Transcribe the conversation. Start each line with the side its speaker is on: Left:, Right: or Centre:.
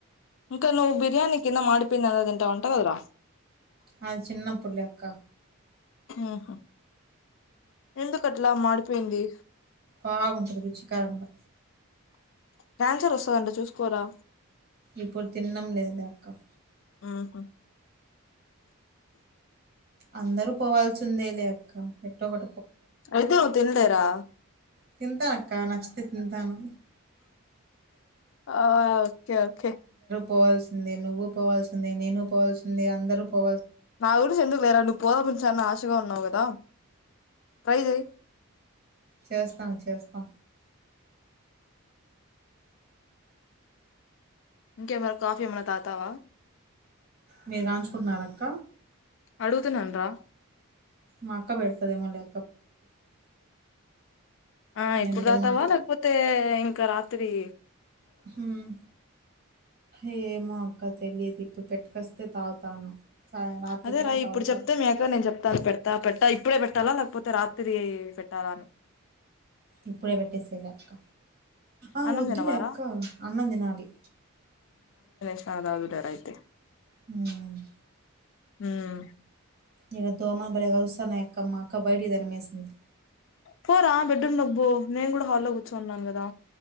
Left: ఇంకా నువ్ బిర్యానీ కింద మాడిపోయింది అన్నది ఇంటా అంటావు కదరా
Right: అది చిన్నపుడు లే అక్క
Left: ఉహు ఎందుకట్లా మడిపోయింది
Right: బాగుంటది రుచికరంగా
Left: క్యాన్సర్ వస్తుందంట చూసుకోరా
Right: ఇప్పుడు తినడం లేదు అక్క
Left: ఆహా
Right: అందరూ పోవాల్సి ఉందే లే అక్క ఎట్టో ఒ
Left: అయితే వ తెల్దరా
Right: తింటా అక్క నచ్చితే తింటాను
Left: ఆ ఓకే ఓకే
Right: పోవల్సింది నువ్వు పోవాల్సింది నేను పోవాల్సింది అందరు పో
Left: నా గురించి ఎందుకు లేరా నువ్వు పోదామించాని ఆశగా ఉన్నావు కదా ట్రై చేయ్
Right: చేస్తాను చేస్తాం
Left: ఇంకేమైనా కాఫీ ఏమైనా తాగుతావా
Right: మీరు దంచుకున్నార అక్క
Left: అడుగుతునాను రా
Right: మాక్క పెడతది ఏమో లే
Left: ఆ
Right: నేను
Left: ఇప్పుడు
Right: మీతో
Left: తాతావా
Right: మాట్లా
Left: లేకపోతే ఇంకా రాత్ర త్రే
Right: హ్మ్ ఏ మా ఇంకా తెలియదు ఇప్పుడు పెట్టుకొస్తే తాగుతాను సా రాత్రికైనా
Left: అదే రా ఇప్పుడు
Right: తాగుతాను
Left: చెప్తే మ్యాటరు నేను చెప్ పెతా పెడతా పెట్టా ఇప్పుడే పెట్టాలా లేకపోతే రాత్రి పెట్టాలా అని
Right: ఇప్పుడే పెట్టేసేయిలే అక్క ఆ
Left: అన్నం
Right: వద్దులేక్క
Left: తినవారా
Right: అన్నం తినాలి
Left: షదదు ధేర అయితే
Right: హ్మ్
Left: హ్మ్
Right: ఇక దోమన బడి కలుస్తాన్నా ఎక్కమ్మా క బయటికి తరీమేసింది
Left: పోరా బెడ్రూమ్ లోకి పో నేను కూడా హాల్లో కూర్చోనీ ఉన్నాను కదా